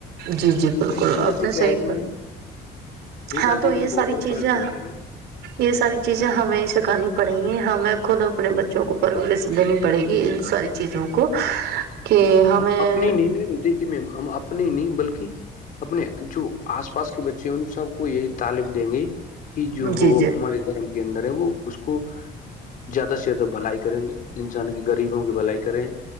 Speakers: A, on the right (about 80°); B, on the left (about 55°).
A: جی جی بالکل
B: تو ان چیزوں
A: آپ
B: سے
A: نے
B: کیا
A: صحیح
B: ہے کہ
A: کر
B: میں دیکھا
A: ہاں تو
B: دیکھی
A: یہ
B: سے بہت
A: ساری
B: بڑا
A: چیزیں
B: فرق پڑتا ہے میں
A: یہ ساری چیزیں ہمیں سکھانی پڑیں گی ہمیں خود اپنے بچوں کو پرورش دینی پڑے گی ان ساری چیزوں کو کہ ہمیں
B: ہم اپنی نہیں مم دیکھی میں ہم اپنی نہیں بلکہ اپنے جو آس پاس کے بچے ہیں ان سب کو یہی تعالم دیں گے کہ جو
A: جی جی
B: ہمارے گرم کے اندر ہے وہ اس کو زیادہ سے زیادہ بھائی کریں گ انسان کی غریبوں کی بھلائی کریں